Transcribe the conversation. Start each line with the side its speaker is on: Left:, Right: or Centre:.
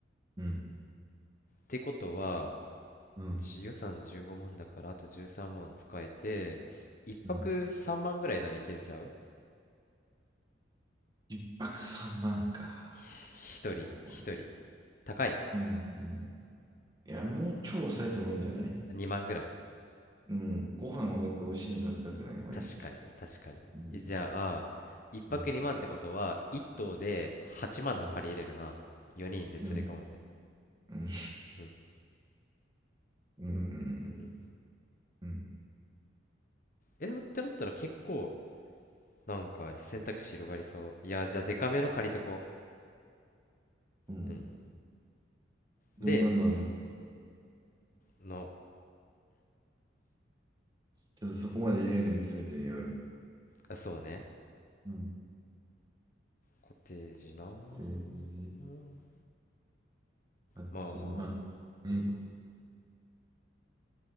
Right: うん、
Left: てことは
Right: うん。
Left: じ予算15万だからあと13万使えて1泊3万ぐらいならいけんちゃう
Right: うん一泊三万か。
Left: 一人一人
Right: そうね
Left: 高い
Right: うん、うんいや、もう超抑えてもいいんじゃない
Left: 2万ぐらい
Right: うん。ご飯をだって美味しいの食べたくない、毎日。
Left: 確かに確かにえじゃあ1泊2万ってことは1棟で8万の借りれるな4人で連れ込むで
Right: うん、うんうん。うん。うん。
Left: うん
Right: うん。
Left: うん
Right: うん。
Left: えってなったら結構なんか選択肢広がりそういやじゃあデカめの借りとこ
Right: うん。
Left: ううん
Right: どんなんがあるのか。
Left: での
Right: ちょっとそこまでリアルに詰めてみようよ。
Left: あそうね
Right: うん。
Left: コテージな
Right: ページ
Left: うん
Right: 8、
Left: まあまあまあ
Right: まあ、うん。